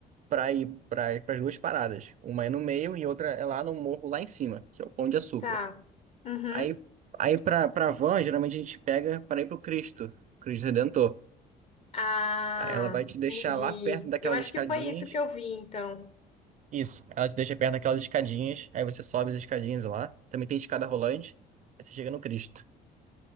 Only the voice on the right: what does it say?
para ir para as duas paradas. Uma é no meio e outra é lá no morro lá em cima, que é o Pão de Açúcar.
Aí aí para para van, geralmente a gente pega para ir pro Cristo, Cristo Redentor.
Aí ela vai te deixar
lá perto daquelas
escadinhas.
Isso, ela te deixa perto daquelas escadinhas, aí você sobe as escadinhas lá. Também tem escada rolante, aí você chega no Cristo.